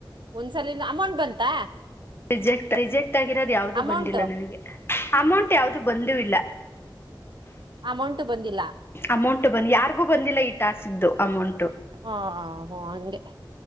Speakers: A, on the right; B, on the left.
A: ಒಂದ್ಸಲ ಅಮೌಂಟ್ ಬಂತಾ
B: ರಿಜೆಕ್ಟ್ ರಿಜೆಕ್ಟ್ ಆಗಿರೋದು ಯಾವ್ದ
A: ಅಮೌಂಟ್
B: ಬಂದಿಲ್ಲ ನನಗೆ ಅಮೌಂಟ್ ಯಾವ್ದು ಬಂದೂ ಇಲ್ಲ
A: ಅಮೌಂಟು ಬಂದಿಲ್ಲ
B: ಅಮೌಂಟ್ ಬಂದ್ ಯಾರಿಗೂ ಬಂದಿಲ್ಲ ಈ ಟಾಸ್ಕ್ ಇಂದು ಅಮೌಂಟ್
A: ಹಾ ಹ ಹೊ ಹಂಗೆ